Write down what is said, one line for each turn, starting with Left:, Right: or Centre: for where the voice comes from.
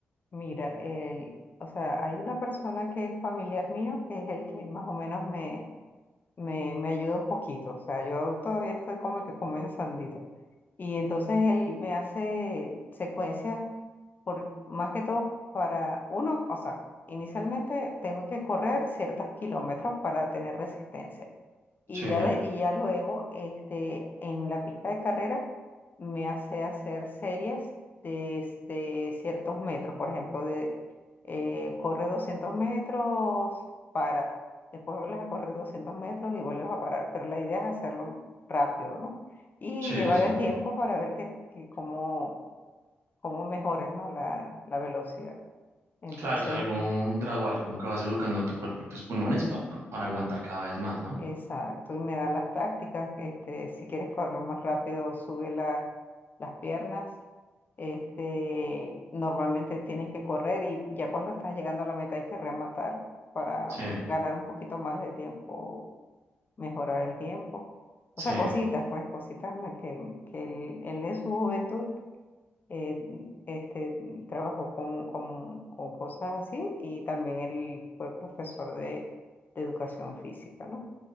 Left: Mira, el, o sea, hay una persona que es familiar mío, que es el que más o menos me me, me ayuda un poquito, o sea, yo todavía estoy como que comenzandito. Y entonces él me hace secuencias, por, más que todo para uno, o sea, inicialmente tengo que correr ciertos kilómetros para tener resistencia. Y
Right: Sí,
Left: ya, de- y ya luego, este, en la pista de carrera, me hace hacer series de, de ciertos metros. Por ejemplo, de, eh, corre 200 metros, para, después vuelves a correr 200 metros y vuelves a parar. Pero la idea es hacerlo rápido, ¿no? Y
Right: sí,
Left: llevar
Right: sí, sí.
Left: el tiempo para ver que, que cómo, cómo mejoras, ¿no? La, la velocidad. Entonces,
Right: Claro, es algo gradual, como que vas educando a tu cuerpo y tus pulmones para, para aguantar cada vez más, ¿no?
Left: Exacto, y me da las tácticas, este, si quieres correr más rápido, sube la- las piernas. Este, normalmente tienes que correr y ya cuando estás llegando a la meta hay que rematar para
Right: Sí,
Left: mm, ganar un poquito más de tiempo, mejorar el tiempo. O
Right: sí.
Left: sea, cositas, pues, cositas me- que, que él, él en su juventud eh, este, trabajó con, con, con cosas así y también él fue profesor de de educación física, ¿no?